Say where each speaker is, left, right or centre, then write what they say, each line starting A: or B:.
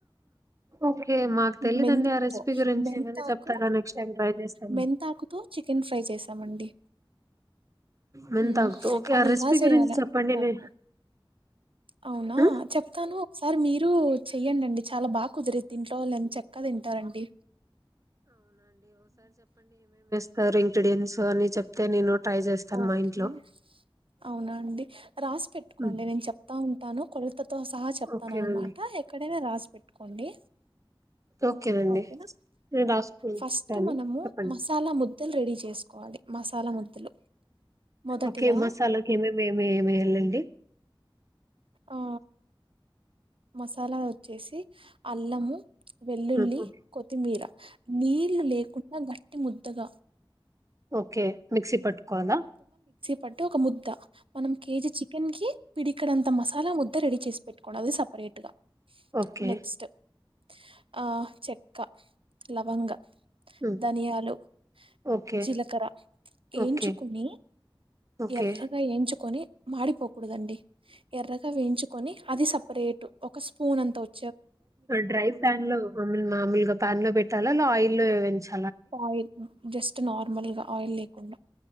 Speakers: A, on the right; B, on the right.
A: ఓకే మాకు తెలీదండి
B: మెంతాకు
A: ఆ రెసిపీ గురించి
B: మెంతాకు
A: ఏమైనా చెప్తారా నెక్స్ట్ టైం ట్రై చేస్తాను
B: మెంతాకుతో చికెన్ ఫ్ర ట్రై చేసామండి
A: మెంతాకుతో
B: ఉ
A: ఓకే
B: అది
A: ఆ రెసిపీ
B: ఎలా చేయాలసకు
A: గురించి చెప్పండి నే
B: అవునా
A: ఆ?
B: చెప్తాను ఒకసారి మీరు చెయ్యడిండి చాలా బాగా కుదిరి ఇంట్లో వాళ్ళు ఎంత చెక్క తింటారండి.
A: సరె ఇంగ్రీడియంట్స్ అని చెప్తే నేను ట్రై చేస్తాను,
B: ఓకే
A: మా ఇంట్లో
B: అవునా అండి రాసి పెట్టుకోండి
A: ఉమ్,
B: నేను చెప్తా ఉంటాను కొలతతో సహా చెప్తాను
A: ఓకేనండి
B: అనమాట ఎక్కడైనా రాసి పెట్టుకోండి. అండీ
A: ఓకేనండి
B: ఓకేనా
A: నేను రాసుకుంటాను
B: ఫస్ట్ మనము
A: చెప్పండి
B: మసాలా ముద్దలు రెడీ చేసుకోవాలి, మసాలా ముద్దలు మొదటిగా
A: ఒకే మసాలాకి ఏమేమి ఏమే ఎంవేయాలండి,
B: ఆ మసాలా వచ్చేసి అల్లము వెల్లుల్లి
A: ఉహు.
B: కొత్తిమీర నీళ్లు లేకుండా గట్టి ముద్దగా
A: ఓకే మిక్సీ పట్టుకోవాలా,
B: పట్టు ఒక ముద్ద మనం కేజీ చికెన్ కి పిడికడంత మసాలా ముద్ద, రెడీ చేసి పెట్టుకోం అది సపరేట్ గా
A: ఓకే
B: నెక్స్ట్ఆ చె క్క లవంగ,
A: ఉమ్.
B: ధనియాలు,
A: ఓకే
B: జీలకర్ర ఏంచుకుని
A: ఓకే ఓకే
B: ఎర్రగా వెంచుకొని మాడిపోకూడదండి, ఎర్రగా వేయించుకొని అది సపరేట్ ఒక స్పూన్ అంతా వచ్చ
A: డ్రై ప్యాన్ లో మాలు మామూలుగా ప్యాన్ లో పెట్టాలా అలా ఆయిల్లో పెంచా
B: ఆయిల్ జస్ట్ నార్మల్గా ఆయిల్ లేకుండా